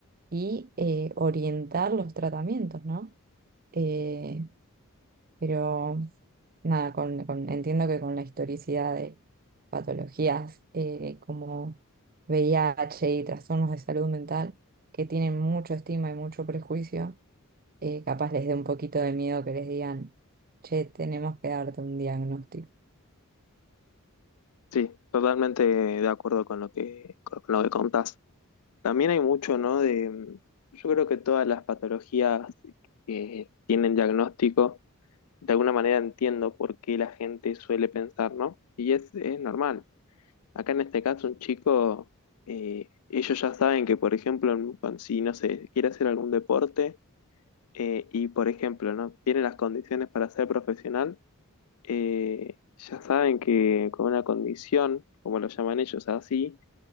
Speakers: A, on the right (about 40°); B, on the left (about 85°).
A: y eh, orientar los tratamientos, ¿no? Eh, pero nada, con, con- entiendo que con la historicidad de patologías eh, como VIH y trastornos de salud mental que tienen mucho estigma y mucho prejuicio, eh, capaz les dé un poquito de miedo que les digan, che, tenemos que darte un diagnóstico.
B: Sí, totalmente de acuerdo con lo que, con lo que contás. También hay mucho, ¿no? De, yo creo que todas las patologías que tienen diagnóstico, de alguna manera entiendo por qué la gente suele pensar, ¿no? Y es, es normal. Acá en este caso, un chico, eh, ellos ya saben que, por ejemplo, en- cuando- si, no sé, quiere hacer algún deporte eh, y, por ejemplo, no tiene las condiciones para ser profesional, eh, ya saben que con una condición, como lo llaman ellos así,